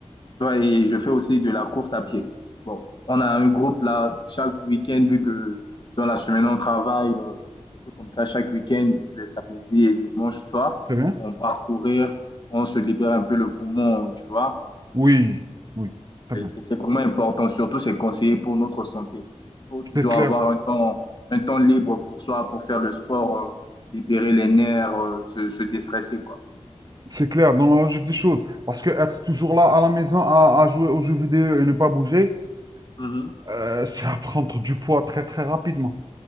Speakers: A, on the left; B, on the right.
A: Ouais, et je fais aussi de la course à pied. Bon, on a un groupe là, chaque week-end, vu que dans la semaine on travaille, euh, des trucs comme ça, chaque week-end, les samedis et dimanches soir,
B: très bien.
A: on part courir, on se libère un peu le poumon, tu vois.
B: Oui, oui, très
A: Et
B: bien.
A: C'est c'est vraiment important, surtout c'est conseillé pour notre santé. Il faut toujours
B: C'est clair,
A: avoir un temps, un temps libre pour soi, pour faire le sport, euh, libérer les nerfs, euh, se, se déstresser, quoi.
B: c'est clair dans la logique des choses. Parce que être toujours là à la maison à, à jouer aux jeux vidéo et ne pas bouger,
A: Mhm.
B: euh, <laughs> c'est à prendre du poids très, très rapidement.